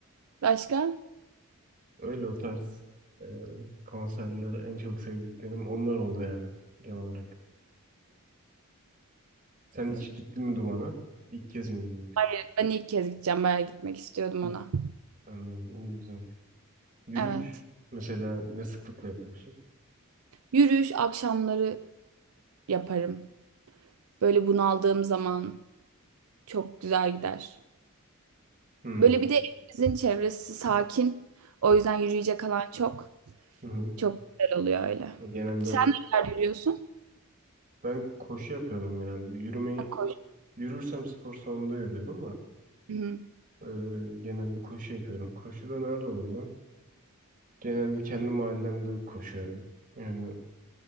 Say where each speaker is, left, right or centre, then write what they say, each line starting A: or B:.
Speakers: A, on the right; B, on the right.
A: Başka?
B: Öyle o tarz e, konserleri en çok sevdiklerim onlar oldu yani genel olarak. Sen hiç gittin mi Duman'a? İlk kez mi gidiyorsun?
A: Hayır, ben ilk kez gideceğim. Bayağı gitmek istiyordum ona.
B: Anladım. İyi güzel. Yürüyüş
A: Evet.
B: mesela ne sıklıkla yapıyorsun?
A: Yürüyüş akşamları yaparım. Böyle bunaldığım zaman çok güzel gider.
B: Hmm.
A: Böyle bir de evimizin çevresi sakin. O yüzden yürüyecek alan çok.
B: Hı hı.
A: Çok güzel oluyor öyle.
B: Genelde
A: Sen nerelerde yürüyorsun?
B: ben koşu yapıyorum genelde. Yürümeyi
A: Ha, Koş.
B: yürürsem spor salonunda yürüyorum da
A: Hı-hı.
B: e, genelde koşu yapıyorum. Koşu da nerede oluyor? Genelde kendi mahallemde koşuyorum. Yani